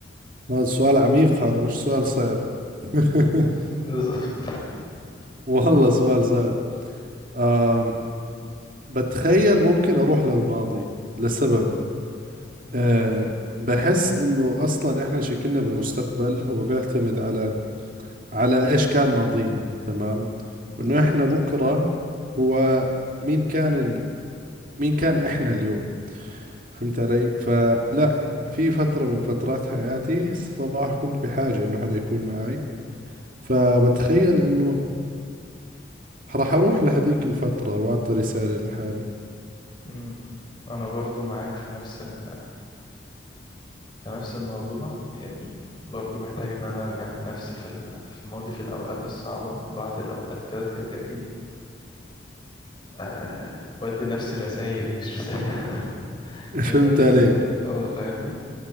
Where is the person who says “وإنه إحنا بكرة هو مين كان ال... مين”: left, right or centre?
Right